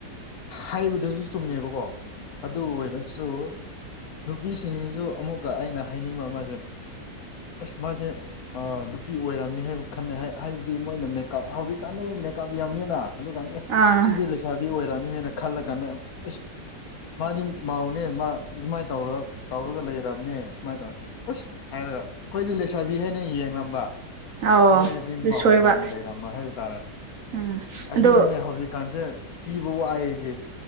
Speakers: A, on the left; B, on the right.
A: ꯍꯥꯏꯕꯗꯨꯁꯨ ꯆꯨꯝꯃꯦꯕꯀꯣ ꯑꯗꯨ ꯑꯣꯏꯔꯁꯨ ꯅꯨꯄꯤꯁꯤꯡꯁꯤꯁꯨ ꯑꯃꯨꯛꯀ ꯑꯩꯅ ꯍꯥꯏꯅꯤꯡꯕ ꯑꯃꯁꯦ ꯑꯁ ꯃꯥꯁꯦ ꯅꯨꯄꯤ ꯑꯣꯏꯔꯝꯅꯤ ꯍꯥꯏꯕ ꯈꯟꯅꯩ ꯍꯥꯏꯕꯗꯤ ꯃꯣꯏꯅ ꯃꯦꯀꯞ ꯍꯧꯖꯤꯛꯀꯥꯟꯅꯤ ꯃꯦꯞ ꯌꯥꯝꯅꯤꯅ ꯑꯗꯨ ꯀꯥꯟꯗ ꯑꯦ
B: ꯑꯥ
A: ꯁꯤꯗꯤ ꯂꯩꯁꯥꯕꯤ ꯑꯣꯏꯔꯅꯤ ꯑꯗꯨ ꯍꯦꯟꯅ ꯈꯜꯂ ꯀꯥꯟꯗ ꯑꯁ ꯃꯥꯗꯤ ꯃꯧꯅꯦ ꯃꯥ ꯁꯃꯥꯏꯅ ꯇꯧꯔ ꯇꯧꯔꯒ ꯂꯩꯔꯕꯅꯦ ꯁꯨꯃꯥꯏꯅ ꯇꯧꯅꯤ ꯑꯁ ꯍꯥꯏꯔꯒ ꯑꯩꯈꯣꯏꯗꯤ ꯂꯩꯁꯥꯕꯤ ꯍꯥꯏꯅ ꯌꯦꯡꯉꯝꯕ
B: ꯑꯧ
A: ꯃꯣꯏꯗꯗꯤ
B: ꯑꯗꯨ
A: ꯃꯧ
B: ꯁꯣꯏꯕ
A: ꯑꯣꯏꯅ ꯂꯩꯔꯝꯕ ꯍꯥꯏꯕ ꯇꯥꯔꯦ
B: ꯎꯝ
A: ꯑꯗꯨꯅꯤꯅꯦ
B: ꯑꯗꯣ
A: ꯍꯧꯖꯤꯛꯀꯥꯟꯁꯦ ꯆꯤꯕꯨ ꯋꯥꯏꯑꯦꯁꯦ